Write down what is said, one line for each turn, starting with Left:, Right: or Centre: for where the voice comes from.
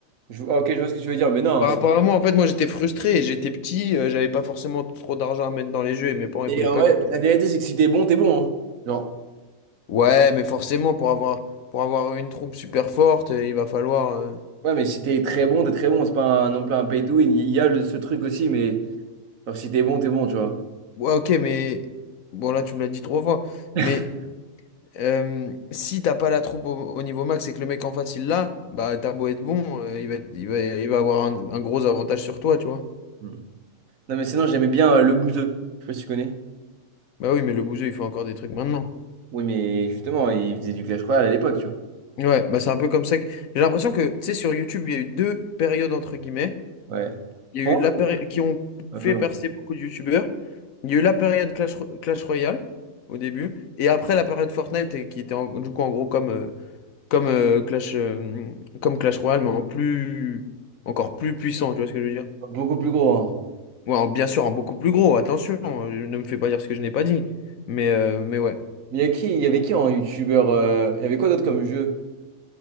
Right: je- ah, ok, je vois ce que tu veux dire, mais non.
Left: Par
Right: c'est-
Left: rapport à moi, en fait, moi j'étais frustré, j'étais petit, euh, j'avais pas forcément trop d'argent à mettre dans les jeux et mes parents ils
Right: Et
Left: voulaient
Right: en
Left: pas
Right: vrai,
Left: que.
Right: la vérité, c'est que si t'es bon, t'es bon. hein. Genre,
Left: Ouais, mais forcément pour avoir pour avoir une troupe super forte, euh, il va falloir. euh,
Right: ouais, mais si t'es très bon, t'es très bon. C'est pas un, non plus un pay to win. Il y a le- ce truc aussi, mais genre, si t'es bon, t'es bon, tu vois.
Left: Ouais, ok, mais bon là tu me l'as dit trois fois,
Right: <laughs>
Left: mais euh, si t'as pas la troupe au, au niveau max et que le mec en face il l'a, bah t'as beau être bon, euh, il va être- il va il va avoir un, un gros avantage sur toi, tu vois.
Right: Hmm. Non, mais sinon, j'aimais bien euh, le bouseux. Je sais pas si tu connais.
Left: Bah oui, mais le bouseux il fait encore des trucs maintenant.
Right: Oui, mais justement, il faisait du Clash Royale à l'époque, tu vois.
Left: Ouais, bah c'est un peu comme ça que... J'ai l'impression que, tu sais, sur YouTube, il y a eu deux périodes, entre guillemets.
Right: Ouais.
Left: Il y
Right: Pour
Left: a eu la
Right: moi,
Left: période qui ont
Right: euh,
Left: fait
Right: non,
Left: percer beaucoup de YouTubeurs. Il y a eu la période Clash, Ro- Clash Royale, au début. Et après, la période Fortnite, et qui était en- du coup, en gros, comme, euh, comme, euh, Clash, euh, comme Clash Royale, mais en plus... encore plus puissant, tu vois ce que je veux dire?
Right: beaucoup plus gros. hein.
Left: Ouais, en- bien sûr, en beaucoup plus gros, attention, euh, ne me fais pas dire ce que je n'ai pas dit. Mais, euh, mais ouais.
Right: Mais il y a qui, il y avait qui en youtubeur euh, Il y avait quoi d'autre comme jeu?